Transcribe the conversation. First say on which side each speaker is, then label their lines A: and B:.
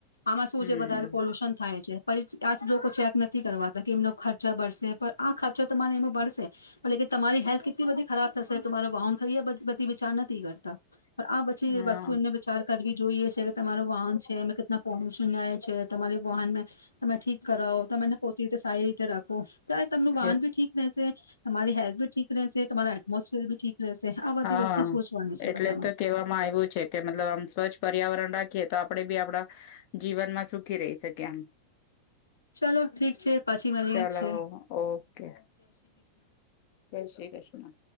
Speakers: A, on the left (about 80°); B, on the left (about 45°).
A: આમાં શું
B: હમ
A: છે બધારે પોલુશન થાય છે. પછ આચ લોકો ચેક નથી કરવાતા કે એમનો ખર્ચા બળશે. પણ આ ખર્ચો તો તમારે એમાં બળશે પડ લેકિ તમારી હેલ્થ કેટલી બધી ખરાબ થશે તોમારો બાહન ખરી આ બધ-બધી વિચાર નથી કરતા. પર આ પછી
B: હા
A: એ વસ્તુ એમને વિચાર કરવી જોઈએ છે તમારું વાહન છે અમે કેતના પોલુશન રહે છે, તમારી વોહન મે તમે મેં ઠીક કરાાવ તો મેને પોતી તે સાારી જરાખ ઓફ તા તમનું વાહન
B: એ
A: ભી ઠીક રહેશે, તમારી હેલ્થ ભી ઠીક રહેશે તમારા એટમોસફિયર બી ઠીક રહેશે. આ બધી
B: હા,
A: વસ્તુ સોચવાની છે
B: એટલે
A: બધા માટે.
B: તો કેવામાં આવ્યું છે કે મતલબ આમ સ્વચ્છ પર્યાવરણ રા કે તો આપડે બી આપડા જીવનમાં સુખી રહી શકીએ એમ.
A: ચલો ઠીક છે, પછી મલીએ
B: ચલો
A: છે.
B: ઓકે. જય શ્રી કૃષ્ણ.